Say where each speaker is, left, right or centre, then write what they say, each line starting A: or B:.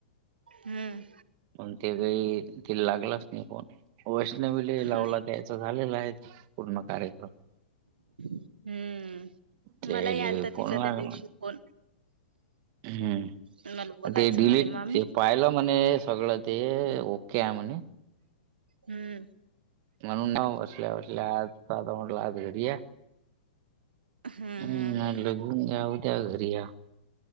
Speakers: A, on the right (about 80°); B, on the right (about 45°).
A: हम्म.
B: <unintelligible> <unintelligible> फोन वैष्णवीला लावला
A: नाही
B: द्यायच झालेला आहे पूर्ण कार्यक्रम. <inaudible>
A: हम्म.
B: ते
A: मला यालता
B: फोन
A: तिचा
B: लागला
A: त्या दिवशी फोन.
B: हम्म
A: मला बोलायचं
B: ते डिलीट
A: म्हणे मामी.
B: ते पाहिलं म्हणे सगळं ते ओके आहे म्हणे.
A: हम्म.
B: म्हणून ना बसल्या बसल्या, आज आता म्हटला आज घडी या.
A: हम्म
B: हम.
A: हम्म
B: लघून ऊद्या घरी या.